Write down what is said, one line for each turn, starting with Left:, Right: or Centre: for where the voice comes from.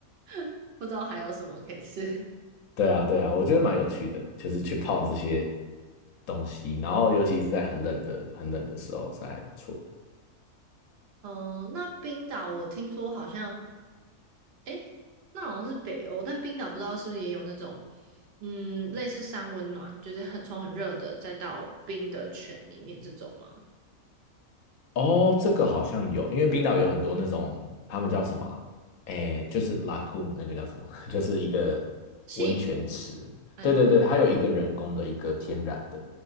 Right: <laughs> 不知道还有什么可以试。<laughs>
Left: 对啊，对啊，我觉得蛮有趣的，就是去泡这些东西，然后尤其是在很冷的、很冷的时候，是还不错。
Right: 嗯，那冰岛我听说好像。诶，那好像是北欧，但冰岛不知道是不是也有那种，嗯，类似山温暖，就是很从很热的再到冰的泉里面这种吗？
Left: 哦，这个好像有，因为冰岛有很多那种，他们叫什么啊？诶，就是 lagoon 那个叫什么？<laughs> 就是一个
Right: 西湖，
Left: 温泉池。
Right: 哎，
Left: 对对对，它有一个人工的，一个天然的，